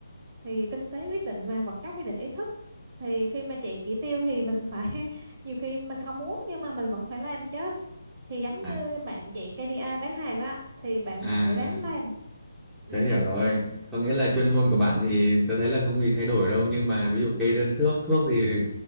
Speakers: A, on the right (about 35°); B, in the centre.
A: thì kinh tế quyết định mà hoặc các quyết định ý thức thì khi mà chạy chỉ tiêu thì mình phải <laughs> nhiều khi mình không muốn nhưng mà mình vẫn phải làm chứ thì giống
B: à,
A: như bạn chạy KPI bán hàng đó thì bạn
B: à
A: phải ráng làm ừ.
B: tớ hiểu rồi có nghĩa là chuyên môn của bạn thì tớ thấy là không gì thay đổi đâu nhưng mà ví dụ kê đơn thuốc thuốc thì